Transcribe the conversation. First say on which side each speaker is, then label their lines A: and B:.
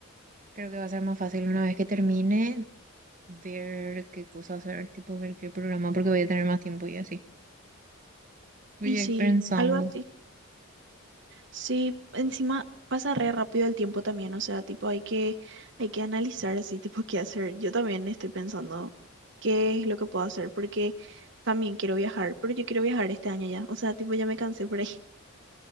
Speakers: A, on the right; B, on the right.
A: creo que va a ser más fácil una vez que termine ver qué cosa hacer, tipo ver qué programa, porque voy a tener más tiempo y así. Voy
B: Y
A: a
B: sí,
A: ir pensando.
B: algo así. Sí, encima pasa re rápido el tiempo también, o sea, tipo hay que, hay que analizar así, <laughs> tipo qué hacer. Yo también estoy pensando qué es lo que puedo hacer, porque también quiero viajar, pero yo quiero viajar este año ya, o sea, tipo ya me cansé por ahí. <laughs>